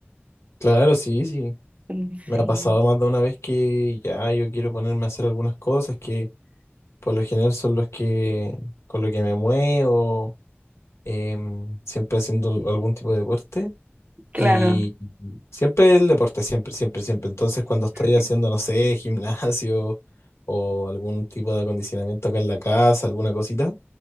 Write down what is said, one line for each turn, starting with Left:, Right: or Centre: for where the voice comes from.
Left: Claro, sí, sí.
Right: Mm,
Left: Me
Right: Sí,
Left: ha pasado más de una vez que ya yo quiero ponerme a hacer algunas cosas que por lo general son los que con lo que me muevo em, siempre haciendo al- algún tipo de deporte.
Right: claro.
Left: Y siempre el deporte, siempre, siempre, siempre. Entonces, cuando estoy haciendo,
Right: <laughs>
Left: no sé, <laughs> gimnasio o algún tipo de acondicionamiento acá en la casa, alguna cosita,